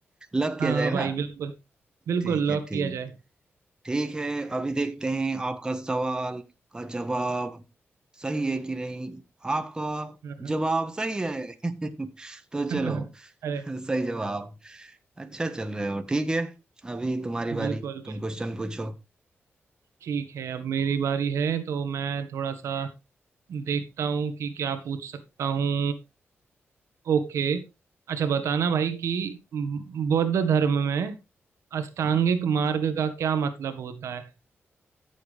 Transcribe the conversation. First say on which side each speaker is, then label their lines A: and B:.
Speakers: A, on the right; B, on the right.
A: लॉक किया
B: हाँ
A: जाए
B: भाई
A: ना
B: बिल्कुल बिल्कुल
A: ठीक
B: लॉक
A: है ठीक
B: किया
A: है
B: जाए
A: ठीक है अभी देखते हैं आपका सवाल का जवाब सही है कि नहीं आपका
B: <laughs> हाँ,
A: जवाब सही है <laughs> तो
B: हाँ,
A: चलो
B: अरे
A: सही जवाब अच्छा चल रहे हो ठीक है अभी तुम्हारी बारी
B: बिल्कुल
A: तुम
B: बिल्कुल
A: क्वेश्चन पूछो
B: ठीक है अब मेरी बारी है तो मैं थोड़ा सा देखता हूँ कि क्या पूछ सकता हूँ ओके अच्छा बताना भाई कि बौद्ध धर्म में अष्टांगिक
A: हाँ
B: मार्ग का क्या मतलब होता है